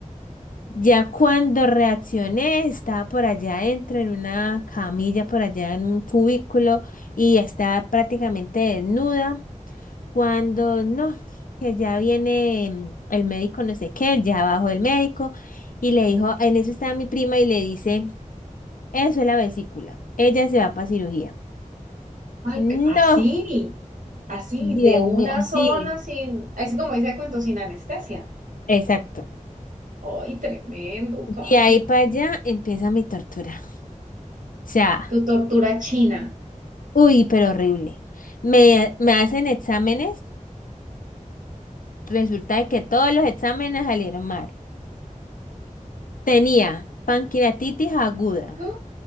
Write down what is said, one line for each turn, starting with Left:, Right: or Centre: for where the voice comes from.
Left: Ya cuando reaccioné, estaba por allá adentro en una camilla, por allá en un cubículo y estaba prácticamente desnuda cuando no, que ya viene mm, el médico, no sé qué, ya bajó el médico y le dijo, en eso está mi prima y le dice, eso es la vesícula, ella se va para cirugía.
Right: Ay,
Left: No,
Right: qué- así. así,
Left: Dios
Right: de una
Left: mío, así.
Right: sola, sin, así como dice el cuento, sin anestesia.
Left: Exacto.
Right: ¡Ay, tremendo, Karen!
Left: De ahí para allá empieza mi tortura. O sea,
Right: Tu tortura china.
Left: uy, pero horrible. Me, me hacen exámenes, resulta de que todos los exámenes salieron mal. Tenía pancreatitis aguda.
Right: <gasps> ¡Ah!